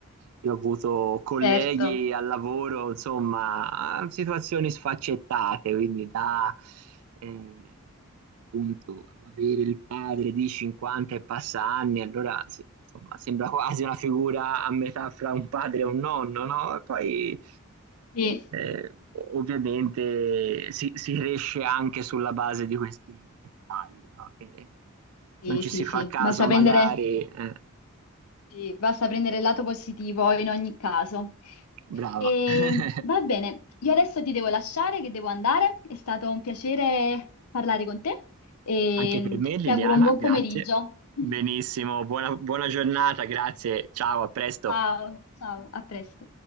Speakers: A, on the right; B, on the left.
A: Io ho avuto colleghi
B: certo,
A: al lavoro, insomma, situazioni sfaccettate, quindi da eh, appunto avere il padre di 50 e passa anni, allora sì, insomma, sembra quasi una figura a metà fra un padre e un nonno, no? E poi
B: sì,
A: eh, ovviamente si, si riesce anche sulla base di questi dettagli, no? Che
B: sì,
A: non ci
B: sì,
A: si
B: sì.
A: fa caso
B: Basta prendere,
A: magari. eh,
B: sì, basta prendere il lato positivo in ogni caso.
A: brava.
B: E,
A: <laughs>
B: va bene, io adesso ti devo lasciare che devo andare, è stato un piacere parlare con te e
A: Anche per me, Liliana,
B: ti auguro un buon
A: grazie.
B: pomeriggio. <laughs>
A: Benissimo, buona buona giornata, grazie. Ciao, a presto.
B: Ciao, ciao, a presto.